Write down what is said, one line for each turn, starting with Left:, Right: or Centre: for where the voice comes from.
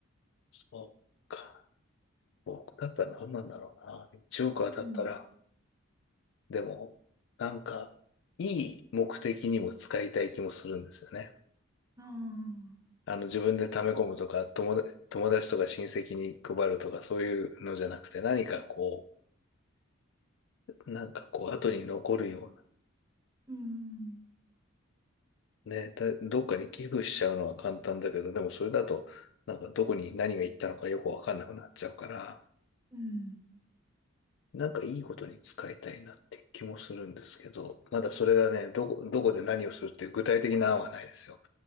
Left: そうか。僕だったら何なんだろうな。1億当たったら、
Right: <laughs> うん。
Left: でも、なんか、いい目的にも使いたい気もするんですよね。
Right: ああ、
Left: あの、自分で貯め込むとか、友達、友達とか親戚に配るとか、そういうのじゃなくて、何かこう、なんかこう、後に残るような。
Right: うん、
Left: ね、だ、どっかに寄付しちゃうのは簡単だけど、でもそれだと、なんかどこに何が行ったのかよくわかんなくなっちゃうから、
Right: うん、
Left: なんかいいことに使いたいなって気もするんですけど、まだそれがね、どこ、どこで何をするっていう具体的な案はないですよ。